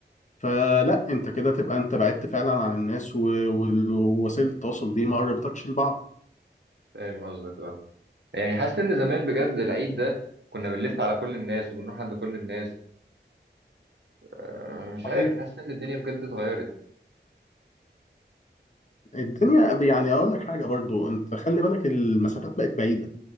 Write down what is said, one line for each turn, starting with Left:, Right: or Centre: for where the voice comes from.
Left: فلا انت كده تبقى انت بعدت فعلا عن الناس و- وال- ووسائل التواصل دي ما قربتكش لبعض
Right: فاهم قصدك اه يعني حاسس ان زمان بجد العيد ده كنا بنلف على كل الناس وبنروح عند كل الناس آه، مش
Left: صحيح
Right: عارف حاسس ان الدنيا بجد اتغيرت
Left: الدنيا يعني اقول لك حاجه برضو انت خلي بالك المسافات بقت بعيده